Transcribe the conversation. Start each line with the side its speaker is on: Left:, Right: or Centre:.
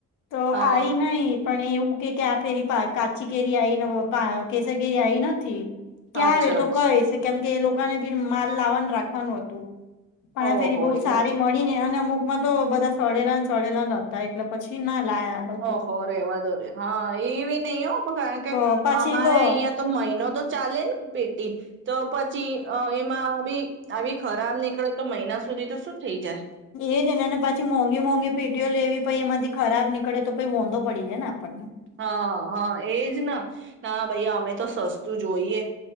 Left: તો
Right: હા
Left: આઈ નહી પણ એવું કે ક્યા ફેરી પા કાચી કેરી આઈ કેસરકેરી આઈ નથી.
Right: અચ્છા
Left: ક્યારે તો
Right: અચ્છા
Left: કહે છે કેમ કે એ લોકોને બી માલ લાવાનું રાખવાનું હતું. પણ
Right: ઓહો
Left: આ ફેરી બહ
Right: એવું
Left: સારી મળીને અમુકમાં તો બધા સડેલાને સડેલા જ હતા એટલે પછી ના લાયા લોકો
Right: ઓહો રહેેવા દ રે હા એવી નહી હો કારણ કે,
Left: તો પાછી
Right: અમારા
Left: તો
Right: અયાં તો મહિનો તો ચાલે ને પેટી. તો પછી અ એમાં આવી આવી ખરાબ નીકળે તો મહિના સુધી તો શું થઈ જાય
Left: એજ ને પછી મોંઘી મોંઘી પેટીઓ લેવી પઈ એમાંથી ખરાબ નીક કડે તો ભી વાોંધો પડી જાય ને આપણને.
Right: હા હા એજના, ના ભાઈ અમે તો સસ્તું જોઈએ,